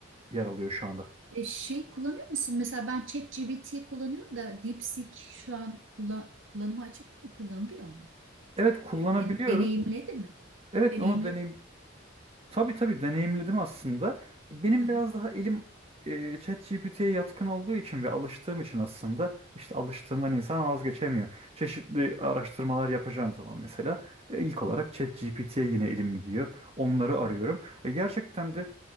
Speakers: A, on the right; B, on the right.
A: yer alıyor şu anda.
B: E, şey kullanıyor musun? Mesela ben ChatGPT kullanıyorum da DeepSeek şu an kullan kullanıma açık değil mi? Kullanılıyor mu?
A: Evet kullanabiliyoruz.
B: Den- deneyimledi mi?
A: Evet
B: Deneyimledin
A: onu deneyim
B: mi?
A: Tabii tabii deneyimledim aslında. Benim
B: Hı hı.
A: biraz daha elim e, ChatGPT'ye yatkın olduğu için ve alıştığım için aslında işte alıştığından insan vazgeçemiyor. Çeşitli araştırmalar yapacağım zaman mesela e, ilk olarak
B: Hı
A: ChatGPT'ye yine elim gidiyor. Onları arıyorum.
B: hı,
A: E, gerçekten de